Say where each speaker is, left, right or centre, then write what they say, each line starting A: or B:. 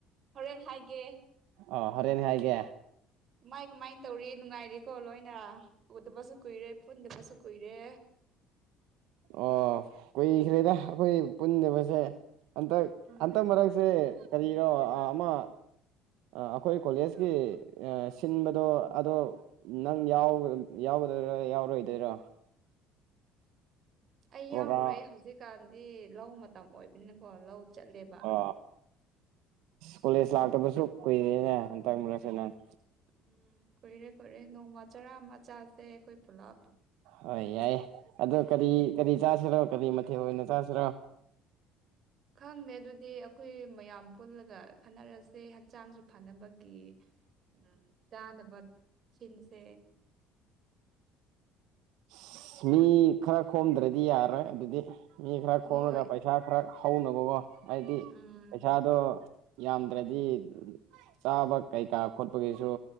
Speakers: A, on the right; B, on the right.
A: ꯍꯣꯔꯦꯟ ꯍꯥꯏꯒꯦ
B: ꯑꯣ ꯍꯣꯔꯦꯟ ꯍꯥꯏꯒꯦ
A: ꯀꯃꯥꯏ ꯀꯃꯥꯏꯅ ꯇꯧꯔꯤ ꯅꯨꯡꯉꯥꯏꯔꯤꯀꯣ ꯂꯣꯏꯅ ꯎꯗꯕꯁꯨ ꯀꯨꯏꯔꯦ ꯄꯨꯟꯗꯕꯁꯨ ꯀꯨꯏꯔꯦ
B: ꯑꯣ ꯀꯨꯏꯈ꯭ꯔꯦꯗ ꯑꯩꯈꯣꯏ ꯄꯨꯟꯗꯕꯁꯦ ꯍꯟꯇꯛ
A: ꯎꯝ
B: ꯍꯟꯇꯛ ꯃꯔꯛꯁꯦ ꯀꯔꯤꯅꯣ ꯑꯃ ꯑꯩꯈꯣꯏ ꯀꯣꯂꯦꯖꯀꯤ ꯁꯤꯟꯕꯗꯣ ꯑꯗꯣ ꯅꯪ ꯌꯥꯎꯒꯗꯣꯏꯔ ꯌꯥꯎꯔꯣꯏꯗꯣꯏꯔꯥ
A: ꯑꯩ
B: ꯄ꯭ꯔꯣꯒ꯭ꯔꯥꯝ
A: ꯌꯥꯎꯔꯨꯔꯣꯏ꫰ꯍꯧꯖꯤꯛꯀꯥꯟꯗꯤ ꯂꯧ ꯃꯇꯝ ꯑꯣꯏꯕꯅꯤꯅꯀꯣ ꯂꯧ ꯆꯠꯂꯦꯕ
B: ꯑ ꯀꯣꯂꯦꯖ ꯂꯥꯛꯇꯕꯁꯨ ꯀꯨꯏꯔꯦꯅꯦ ꯍꯟꯇꯛ ꯃꯔꯛꯁꯦ ꯅꯒ
A: ꯎꯝ ꯀꯨꯏꯔꯦ ꯀꯨꯏꯔꯦ ꯅꯣꯡꯃ ꯆꯔꯥ ꯃ ꯆꯥꯁꯦ ꯑꯩꯈꯣꯏ ꯄꯨꯂꯞ
B: ꯍꯣꯏ ꯌꯥꯏ ꯑꯗꯣ ꯀꯔꯤ ꯀꯔꯤ ꯆꯥꯁꯤꯔꯣ ꯀꯔꯤ ꯃꯊꯦꯜ ꯑꯣꯏꯅ ꯆꯥꯁꯤꯔꯣ
A: ꯈꯪꯗꯦ ꯑꯗꯨꯗꯤ ꯑꯩꯈꯣꯏ ꯃꯌꯥꯝ ꯄꯨꯜꯂꯒ ꯈꯟꯅꯔꯁꯦ ꯍꯛꯆꯥꯡꯁꯨ ꯐꯅꯕꯒꯤ ꯎꯝ ꯆꯥꯅꯕ ꯁꯤꯟꯁꯦ
B: ꯏꯁ ꯃꯤ ꯈꯔ ꯈꯣꯝꯗ꯭ꯔꯗꯤ ꯌꯥꯔꯣꯏ ꯑꯗꯨꯗꯤ ꯃꯤ ꯈꯔ ꯈꯣꯝꯂꯒ
A: ꯍꯣꯏ
B: ꯄꯩꯁꯥ ꯈꯔ ꯍꯧꯅꯕꯀꯣ ꯍꯥꯏꯗꯤ
A: ꯎꯝ
B: ꯄꯩꯁꯥꯗꯣ ꯌꯥꯝꯗ꯭ꯔꯗꯤ ꯆꯥꯕ ꯀꯩꯀꯥ ꯈꯣꯠꯄꯒꯤꯁꯨ